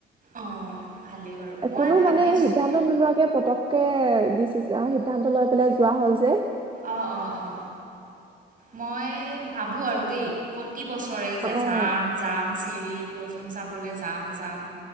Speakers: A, on the right; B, on the right.
A: অঁ ভালেই বাৰু মই
B: কোনো
A: ভাবিছোঁ
B: মানে সিদ্ধান্ত নোলোৱাকে পতককে দি সিদ্ধান্ত লৈ পেলাই যোৱা হ'ল যে
A: অ অ অ মই ভাবো আৰু দেই প্ৰতি বছৰে যে
B: অ',
A: যাম যাম চেৰি ৰি প লচুন চাবলৈ যাম যাম